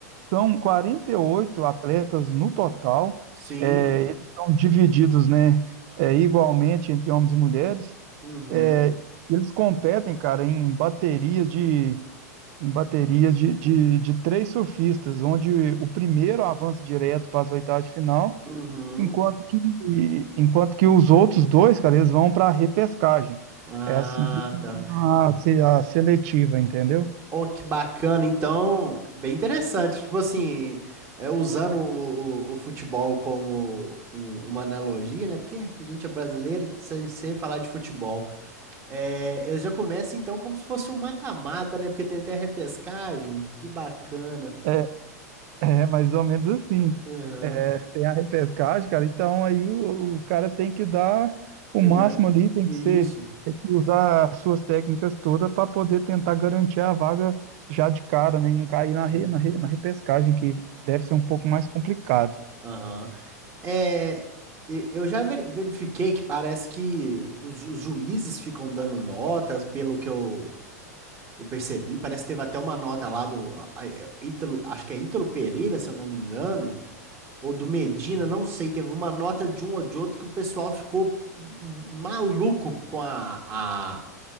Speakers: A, on the right (about 55°); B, on the right (about 30°).
A: são 48 atletas no total,
B: Sim.
A: é, eles são divididos, né, é, igualmente entre homens e mulheres.
B: Uhum.
A: É, eles competem, cara, em baterias de com baterias de, de, de três surfistas, onde o primeiro avança direto para as oitavas de final,
B: Uhum.
A: enquanto que, enquanto que os outros dois, cara, eles vão para a repescagem.
B: Ah,
A: É assim que funciona
B: tá.
A: a, se- a seletiva, entendeu?
B: Oh, que bacana. Então, é bem interessante. Tipo assim, é, usando o, o- o futebol como um- uma analogia, né? Porque a gente é brasileiro, sem, sem falar de futebol. É, eu já começo então como se fosse um mata-mata, né? Porque tem até repescagem. Que bacana.
A: É, <laughs> é mais ou menos assim.
B: Aham.
A: Tem a repescagem, cara. Então aí o, o cara tem que dar o
B: Melhor.
A: máximo ali, tem
B: Isso.
A: que ser, tem que usar as suas técnicas todas para poder tentar garantir a vaga já de cara, né? E não cair na, re,
B: Uhum.
A: na, re- na repescagem, que deve ser um pouco mais complicado.
B: Aham. É, e- eu já ver- verifiquei que parece que os, ju- os juízes ficam dando notas, pelo que eu, eu percebi. Parece que teve até uma nota lá do a- a- Ítalo, acho que é Ítalo Pereira, se eu não me engano, ou do Medina, não sei. Teve uma nota de um ou de outro que o pessoal ficou maluco com a, a,